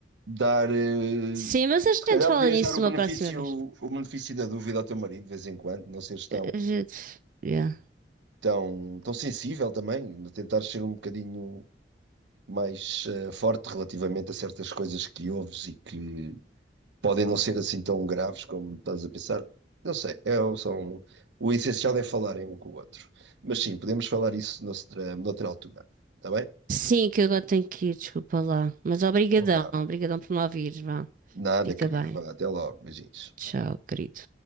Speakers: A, on the right; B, on the right.
A: dar. eh,
B: Sim, mas a gente
A: Se calhar
B: fala
A: podias
B: nisso
A: dar o
B: uma
A: benefício,
B: próxima vez.
A: o benefício da dúvida ao teu marido de vez em quando, não seres tão,
B: Eh, A gente. yeah.
A: tão, tão sensível também, tentar ser um bocadinho mais eh, forte relativamente a certas coisas que ouves e que podem não ser assim tão graves como estás a pensar. Não sei, é, um, são, o essencial é falarem um com o outro. Mas sim, podemos falar isso noutra, noutra altura. Está bem?
B: Sim, que eu agora tenho que ir, desculpa lá. Mas obrigadão,
A: Então vá.
B: obrigadão por me ouvires, vá.
A: Nada,
B: Fica
A: querida.
B: bem.
A: Vá, até logo. Beijinhos.
B: Tchau, querido.